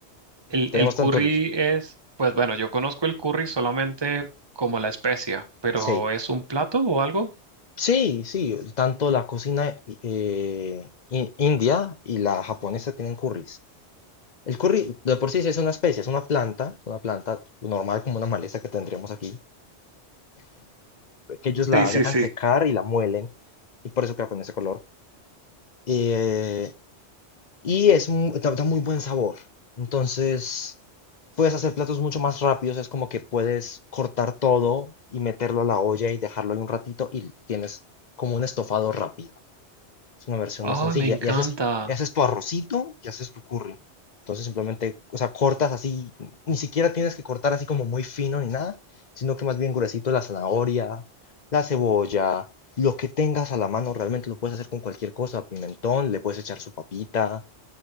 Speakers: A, on the right; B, on the left.
A: El,
B: Tenemos
A: el curry
B: tantos,
A: es, pues bueno, yo conozco el curry solamente como la especia, pero
B: sí,
A: ¿es un plato o algo?
B: Sí, sí, tanto la cocina eh, in- india y la japonesa tienen curries. El curry de por sí sí es una especie, es una planta, es una planta normal como una maleza que tendríamos aquí, que ellos la
A: Sí, sí,
B: dejan
A: sí.
B: secar y la muelen, y por eso queda con ese color. Eh, y es mu- da, da muy buen sabor. Entonces, puedes hacer platos mucho más rápidos, es como que puedes cortar todo y meterlo a la olla y dejarlo ahí un ratito y tienes como un estofado rápido. Es una versión
A: Oh,
B: más sencilla.
A: me encanta.
B: Y haces, y haces tu arrocito y haces tu curry. Entonces simplemente, o sea, cortas así, ni siquiera tienes que cortar así como muy fino ni nada, sino que más bien gruesito la zanahoria, la cebolla, lo que tengas a la mano, realmente lo puedes hacer con cualquier cosa, pimentón, le puedes echar su papita,